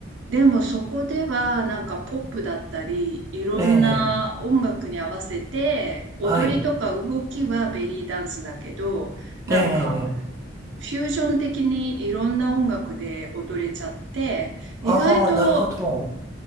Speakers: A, on the right (about 75°); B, on the right (about 15°).
A: でもそこではなんかポップだったり、いろんな音楽に合わせて、
B: ええ、
A: 踊りとか動きはベリーダンスだけど、
B: はい、
A: なんか
B: ええ、
A: フュージョン的にいろんな音楽で踊れちゃって、意外と、
B: ああ、なるほど。